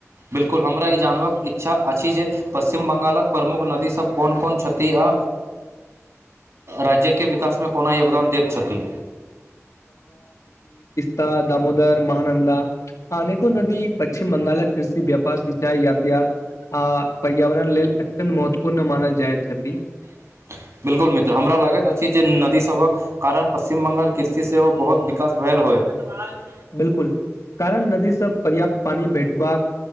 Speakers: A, on the right; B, on the left.
A: बिल्कुल हमरा ई जानबाक इच्छा अछि जे पश्चिम बंगालक प्रमुख नदीसभ कोन कोन क्षति आ राज्यके विकासमे कोना योगदान दैत छथि
B: ता दामोदर महानन्दा आनेको नदी पश्चिम बंगालक कृषि व्यापार सिंचाई यातयात आ पर्यावरण लेल अत्यन्त महत्वपूर्ण मानल जाइत छथि
A: <inaudible> बिल्कुल मित्र हमरा लागैत अछि जे नदी सबक कारण पश्चछिम बंगाल कृषि सेहो बहुत विकास भेल होय कब <inaudible>
B: बिलकुल कारण नदीसँ पर्याप्त पानी भेटबाक